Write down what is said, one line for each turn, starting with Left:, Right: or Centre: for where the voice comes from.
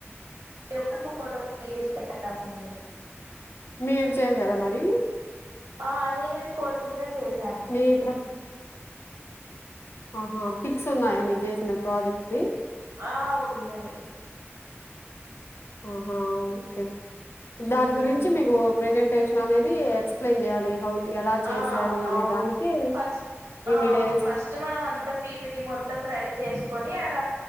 Right: ఒక్క ఫోటో తీసి పెట్టాల్సిందే
Left: మీరు చేసారా మరి
Right: ఆ అదే నేను కోత్మీర చేస్
Left: నీ ఇప్పుడు ఆహా ఫిక్స్ ఉన్నాయా మీరు చేసిన ప్రాజెక్ట్దిి
Right: ఆ ఉన్నాయి
Left: అహ ఓకే
Right: మ్మ్
Left: దాని గురించి మీకు ప్రెజెంటేషన్ అనేది ఎక్స్ప్లెయిన్ చేయాలి హౌ టు ఎలా చేశారు
Right: ఆ
Left: అనే
Right: అవును
Left: దానికి
Right: ఫస్
Left: ఇన్ని
Right: అవును
Left: డేస్
Right: ఫస్ట్ మనం అంతా పీపిటీ మొత్తం రెడీ చేసుకొని ఆడ